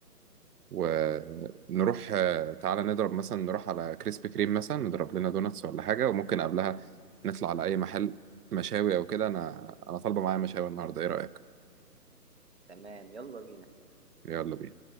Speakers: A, on the right; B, on the right.
A: ونروح آه تعالى نضرب مثلا نروح على كريسبي كريم مثلا نضرب لنا دوناتس ولا حاجه وممكن قبلها نطلع على اي محل مشاوي او كده انا انا طالبه معايا مشاوي النهارده ايه رايك
B: تمام، يلا بينا.
A: يلا بينا